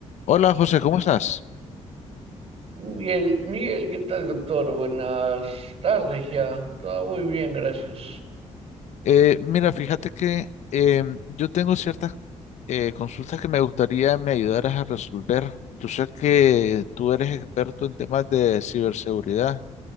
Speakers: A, on the left; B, on the right.
A: Hola José, ¿cómo estás?
B: Miguel, Miguel, ¿qué tal, doctor? Buenas tardes ya. Todo muy bien, gracias.
A: Eh, mira, fíjate que em, yo tengo ciertas eh, consultas que me gustaría me ayudaras a resolver. Yo sé que tú eres experto en temas de ciberseguridad,